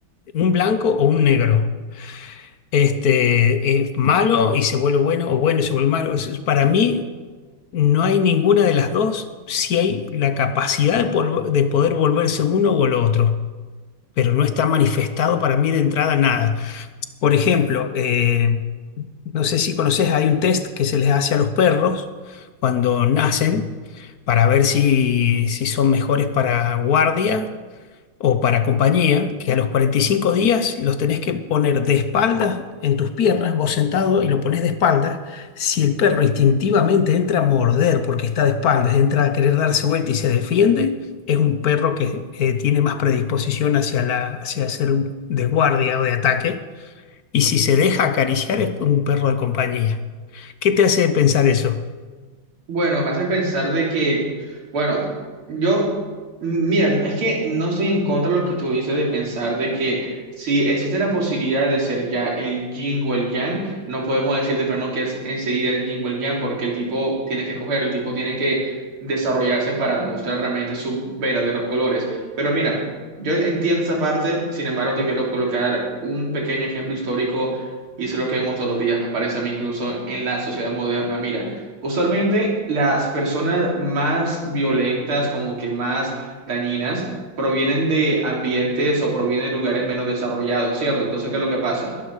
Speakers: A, on the left; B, on the right.
A: un blanco o un negro. este, es malo y se vuelve bueno, o bueno y se vuelve malo. Es- Para mí no hay ninguna de las dos si hay la capacidad de, polvo- de poder volverse uno o el otro, pero no está manifestado para mí de entrada nada. Por ejemplo, eh, no sé si conoces, hay un test que se les hace a los perros cuando nacen para ver si, si son mejores para guardia o para compañía, que a los 45 días los tenés que poner de espaldas en tus piernas, vos sentado y lo pones de espaldas. Si el perro instintivamente entra a morder porque está de espaldas, entra a querer darse vuelta y se defiende, es un perro que eh, tiene más predisposición hacia la, hacia ser un- de guardia o de ataque. Y si se deja acariciar es un perro de compañía. ¿Qué te hace pensar eso?
B: Bueno, me hace pensar de que, bueno, yo, mira, es que no estoy en contra de lo que tú dices de pensar de que si existe la posibilidad de ser ya el yin o el yang, no podemos decir de plano que es enseguida el yin o el yang, porque el tipo tiene que escoger, el tipo tiene que desarrollarse para mostrar realmente sus verdaderos colores. Pero mira, yo entiendo esa parte, sin embargo, te quiero colocar un pequeño ejemplo histórico y eso es lo que vemos todos los días, me parece a mí incluso en la sociedad moderna. Mira. Usualmente las personas más violentas, como que más dañinas, provienen de ambientes o provienen de lugares menos desarrollados, ¿cierto? Entonces, ¿qué es lo que pasa?